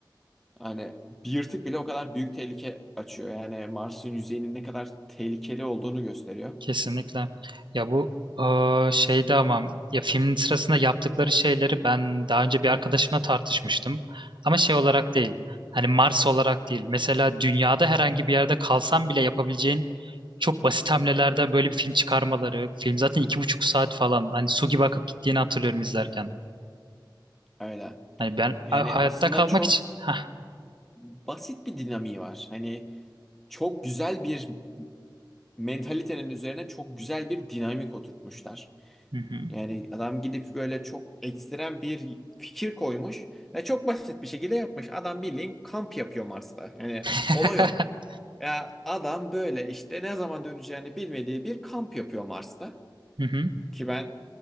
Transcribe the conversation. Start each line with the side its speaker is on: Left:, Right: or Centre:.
Centre: Hani bir yırtık bile o kadar büyük tehlike açıyor. Yani Mars'ın yüzeyinin ne kadar tehlikeli olduğunu gösteriyor.
Right: Kesinlikle. Ya bu eee, şeyde ama ya filmin sırasında yaptıkları şeyleri ben daha önce bir arkadaşımla tartışmıştım. Ama şey olarak değil. Hani Mars olarak değil. Mesela dünyada herhangi bir yerde kalsan bile yapabileceğin çok basit hamlelerden böyle bir film çıkarmaları. Film zaten iki buçuk saat falan. Hani su gibi akıp gittiğini hatırlıyorum izlerken.
Centre: Öyle.
Right: Hani ben
Centre: Yani
Right: a- hayatta
Centre: aslında
Right: kalmak
Centre: çok
Right: için. Hah.
Centre: basit bir dinamiği var. Hani çok güzel bir mentalitenin üzerine çok güzel bir dinamik oturtmuşlar.
Right: Hı hı.
Centre: Yani adam gidip böyle çok ekstrem bir fikir koymuş ve çok basit bir şekilde yapmış. Adam bildiğin kamp yapıyor Mars'ta. Yani
Right: <laughs>
Centre: olay o. Ya adam böyle işte ne zaman döneceğini bilmediği bir kamp yapıyor Mars'ta.
Right: Hı hı.
Centre: Ki ben